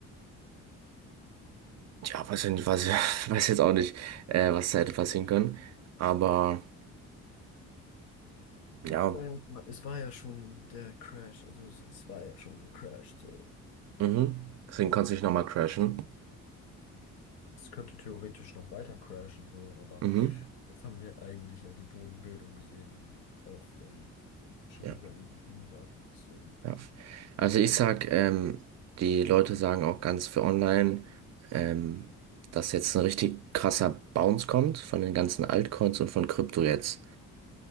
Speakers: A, on the right; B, on the left.
A: ja, weiß ich nicht, weiß, ich- <laughs> weiß jetzt auch nicht, äh, was da hätte passieren können. Aber ja,
B: Naja, es war es war ja schon der Crash, also es, es war ja schon gecrashed, so.
A: mhm. Deswegen konnte es nicht nochmal crashen.
B: Es könnte theoretisch noch weiter crashen, so, aber
A: Mhm.
B: jetzt haben wir eigentlich ja die Bodenbildung gesehen und auch ähm, schon
A: Ja,
B: wieder einen guten Move up. Deswegen.
A: ja. Also ich sag, ähm, die Leute sagen auch ganz für online, ähm, dass jetzt ein richtig krasser Bounce kommt von den ganzen Altcoins und von Krypto jetzt.